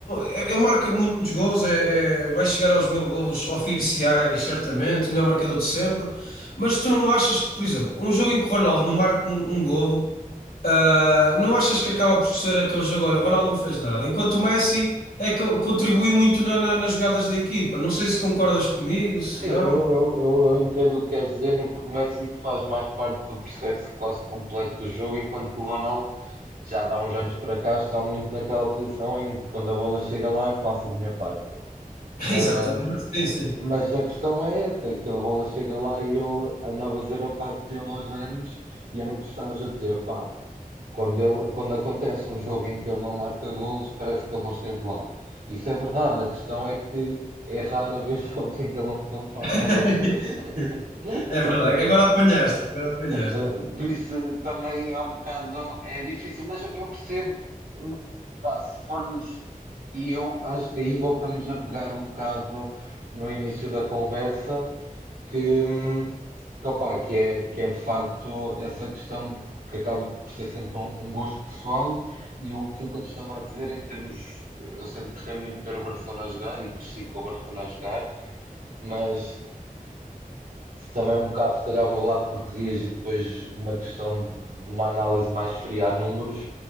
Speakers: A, on the left; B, on the right.
A: ele, ele marca muitos gols, é, é- vai chegar aos mil gols oficiais, certamente, melhor marcador de sempre. Mas tu não achas que, por exemplo, um jogo em que o Ronaldo não marca um, um golo, ah, não achas que acaba por ser aquele jogo? Olha, o Ronaldo não fez nada, enquanto o Messi é que ele contribui muito na- na- nas jogadas da equipa. Não sei se concordas comigo, se
B: sim,
A: não.
B: eu, eu, eu, eu entendo o que queres dizer no que o Messi faz mais parte do processo quase completo do jogo, enquanto que o Ronaldo já dá uns anos para cá está muito naquela posição em que quando a bola chega lá eu faço a minha parte.
A: <laughs>
B: Ah,
A: Exatamente, sim, sim.
B: Mas a questão é essa, é que a bola chega lá e ele andava a fazer a parte dele aos anos e era o que tu estavas a dizer, pá, quando, ele, quando acontece um jogo em que ele não marca golos, parece que ele não esteve lá. Isso é verdade, a questão é que é raro haver <laughs> jogos em que ele não fa- faça
A: <laughs>
B: um gol. <laughs> Estás
A: É verdade,
B: a ver?
A: agora apanhaste, agora apanhaste.
B: Ah, Por isso também é um bocado, é difícil, mas eu percebo, hum, pá, se formos, e eu acho que aí voltamos a pegar um bocado no início da conversa, que, hum, que, opá, que é, que é de facto essa questão de- que acaba por ser sempre um, um gosto pessoal e o aquilo que eu te estava a dizer em termos, eu sempre gostei muito de ver o Barcelona a jogar e cresci com o Barcelona a jogar, mas também é um bocado, se calhar, o meu lado português e depois uma questão de, de uma análise mais fria a números,